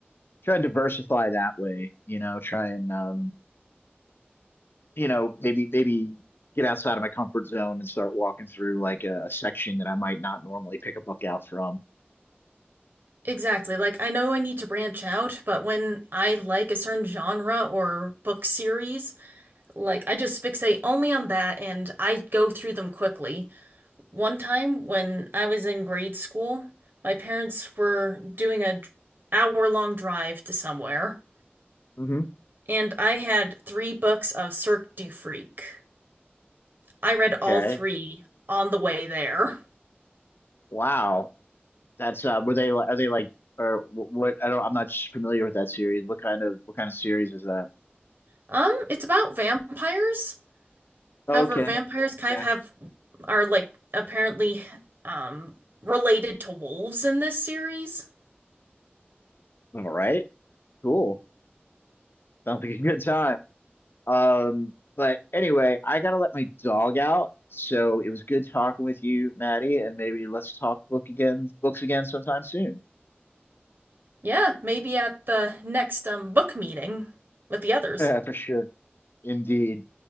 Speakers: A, on the left; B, on the right.
A: try and diversify that way. You know, try and um you know maybe maybe get outside of my comfort zone and start walking through like a, a section that I might not normally pick a book out from.
B: Exactly. Like I know I need to branch out, but when I like a certain genre or book series, like I just fixate only on that and I go through them quickly. One time when I was in grade school, my parents were doing a hour-long drive to somewhere,
A: hmm
B: and I had three books of Cirque du Freak. I read all
A: Okay.
B: three on the way there.
A: Wow. That's uh, were they li- are they like or wh- what? I don't. I'm not sh- familiar with that series. What kind of what kind of series is that?
B: Um, it's about vampires.
A: Oh,
B: However,
A: okay.
B: vampires kind
A: Okay.
B: of have are like apparently um related to wolves in this series.
A: All right. Cool. Sounds like a good time. Um, but anyway, I gotta let my dog out. So it was good talking with you, Maddie, and maybe let's talk book again, books again sometime soon.
B: Yeah, maybe at the next um book meeting with the others.
A: <laughs> For sure. Indeed.